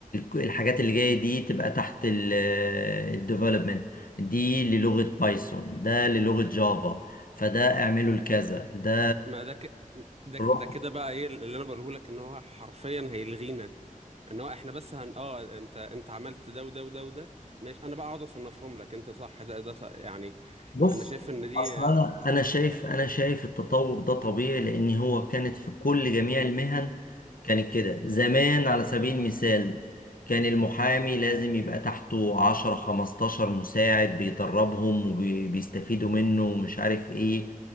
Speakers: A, on the left; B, on the right.
A: الحاجات اللي جايه دي تبقى تحت الديفلوبمنت دي للغه بايثون ده للغه جافا فده اعمله لكذا ده
B: ما ده ك... ده
A: روح
B: ك- ده كده بقى ايه اللي انا بقوله لك ان هو حرفيا هيلغينا ان هو احنا بس هن اه انت انت عملت ده وده وده وده ماشي انا بقى اقعد اصنفهم لك انت صح ده ده صح يعني
A: بص
B: انا شايف ان دي
A: اصل انا انا شايف انا شايف التطور ده طبيعي لان هو كانت في كل جميع المهن كانت كده زمان على سبيل المثال كان المحامي لازم يبقى تحته عشرة خمستاشر مساعد بيدربهم وبيستفيدوا منه ومش عارف ايه